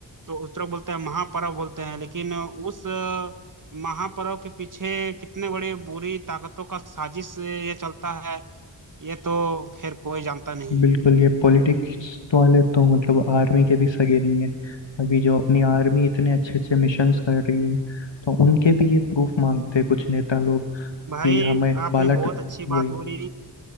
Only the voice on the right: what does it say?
तो उस तरह बोलते हैं महापर्व बोलते हैं लेकिन उस अ, महापर्व के पीछे कितने बड़े बुरी ताकतों का साजिश ये चलता है ये तो खैर कोई जानता नहीं
है
भाई
आपने
बहुत अच्छी बात
बोली